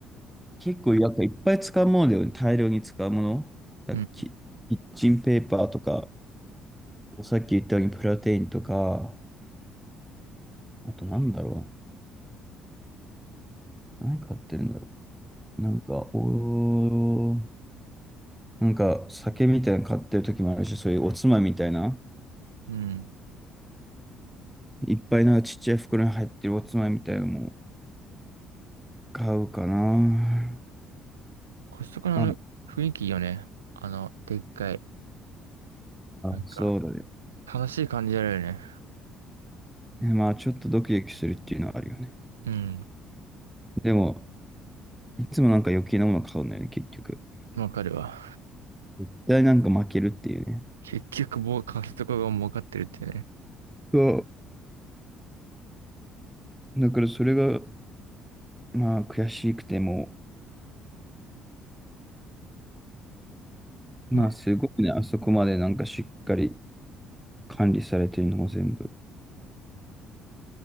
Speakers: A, in the centre; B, on the right (about 85°).
A: う。結構やっぱいっぱい使うものだよね。大量に使うもの。だキ、
B: うん。
A: キッチンペーパーとか、さっき言ったようにプロテインとか、あとなんだろうな。何買ってるんだろう。なんか、おー、なんか酒みたいなの買ってる時もあるし、そういうおつまみみたいな、
B: うん。
A: いっぱいなんかちっちゃい袋に入ってるおつまみみたいなのも買うかな。
B: コストコのあの雰囲気いいよね。
A: ああ、
B: あの、でっかい。なんか、
A: そうだね。
B: 楽しい感じあるよね。
A: えまあ、ちょっとドキドキするっていうのはあるよね。
B: うん。
A: でも、いつもなんか余計なもの買うんだよね、結局。
B: わかるわ。
A: 絶対なんか負けるっていうね。
B: 結局、もうコストコが儲かってるっていうね。
A: そう。だからそれが、まあ、悔しくても、まあ、
B: まあ、
A: すごいね、あそこまでなんかしっかり管理されてるのも全部。